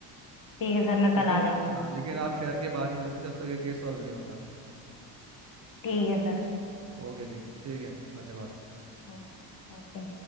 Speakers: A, on the left; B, on the right.
A: ठीक है सर मैं
B: लेकिन
A: कल आ जाऊंगी
B: हाँ, लेकिन आप शहर के बाहर नहीं जाते जब तक ये केस सॉल्व नहीं होता
A: ठीक है सर
B: ओके जी ठीक है धन्यवाद
A: ओ- ओके